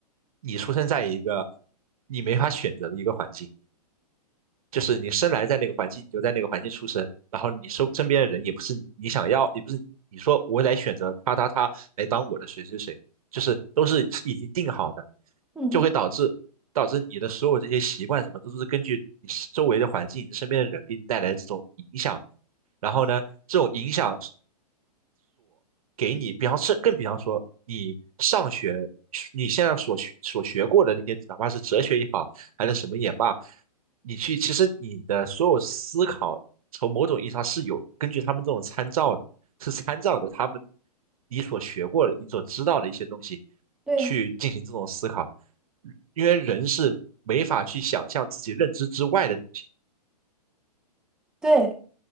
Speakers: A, on the right (about 60°); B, in the centre.
A: 你出生在一个你没法选择的一个环境。就是你生来在那个环境，你就在那个环境出生，然后你身身边的人也不是你想要，也不是你说我来选择他他他来当我的谁谁谁，就是都是已经定好的，
B: 嗯哼
A: 就会导致导致你的所有这些习惯什么都是根据你周围的环境、你身边的人给你带来这种影响，然后呢，这种影响。给你，比方是更比方说你上学，你现在所学所学过的那些，哪怕是哲学也好，还是什么也罢，你去其实你的所有思考，从某种意义上是有根据他们这种参照的，是参照的他们你所学过的、你所知道的一些东西
B: 对
A: 去进行这种思考，因为人是没法去想象自己认知之外的东西。
B: 对，